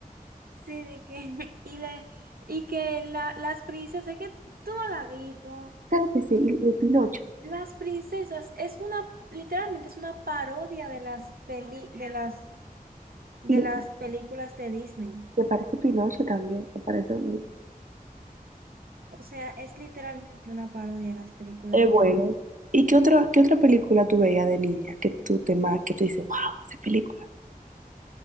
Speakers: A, on the right; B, on the right.
A: Sí, de que, <laughs> y, le, y que la, las princesas, es que tú no la has visto,
B: Claro que sí, y, y Pinocho.
A: Las princesas es una, literalmente es una parodia de las peli, de las, de
B: Y
A: las películas de Disney.
B: me parece Pinocho también, me parece muy...
A: O sea, es literalmente una parodia de las películas
B: Es bueno.
A: de Disney.
B: ¿Y qué otra, qué otra película tú veías de niña que tú te mar- que tú dices, wow, esa película?